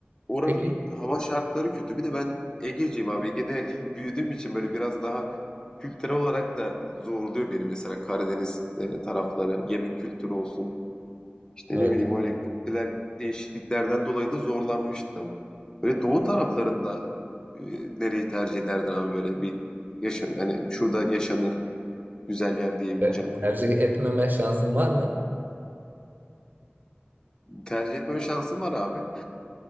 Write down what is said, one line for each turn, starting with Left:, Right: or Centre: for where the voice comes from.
Left: oranın
Right: Peki.
Left: hava şartları kötü. Bir de ben Ege'ciyim abi. Ege'de <laughs> büyüdüğüm için böyle biraz daha kültürel olarak da zorluyor beni mesela Karadeniz e, tarafları. Yemek kültürü olsun. İşte
Right: Evet.
Left: ne bileyim o elektrikler değişikliklerden dolayı da zorlanmıştım. Böyle doğu taraflarında e, nereyi tercih ederdin abi böyle bir yaşa yani şurada yaşanır güzel yer diyebileceğim.
Right: Te- Tercih etmeme şansın var mı?
Left: Tercih etme şansın var abi.